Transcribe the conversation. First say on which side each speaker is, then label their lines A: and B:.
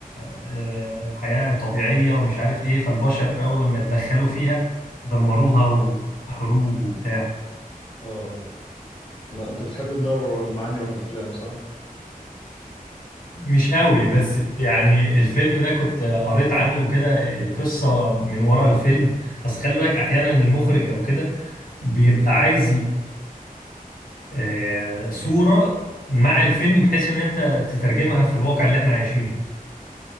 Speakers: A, on the left; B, on the left.
A: آه، حياة طبيعية ومش عارف ايه فالبشر اول لما اتدخلوا فيها دمروها وحروب وبتاع
B: اه اه لا انت بتحب تدور ورا المعاني ورا الافلام صح؟
A: مش قوي بس يعني الفيلم ده كنت قريت عنه كده القصة من ورا الفيلم اصل خلي بالك احيانا المخرج او كده بيبقى عايز ي- آه، صورة مع الفيلم بحيث ان انت تترجمها في الواقع اللي احنا عايشينه